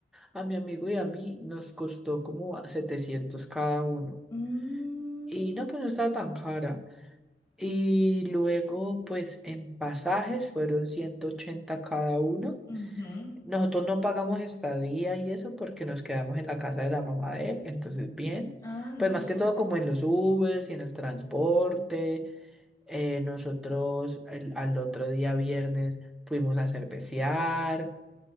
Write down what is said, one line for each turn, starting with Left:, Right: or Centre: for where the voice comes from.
Centre: a mi amigo y a mí nos costó como a 700 cada uno.
Left: Mm,
Centre: Y no, pues no estaba tan cara. Y luego, pues en pasajes fueron 180 cada uno.
Left: ujú.
Centre: Nosotros no pagamos estadía y eso porque nos quedamos en la casa de la mamá de él, entonces bien.
Left: Ah, no,
Centre: Pues más
Left: súper.
Centre: que todo como en los Ubers y en el transporte. Eh, nosotros el- al otro día viernes fuimos a cervecear,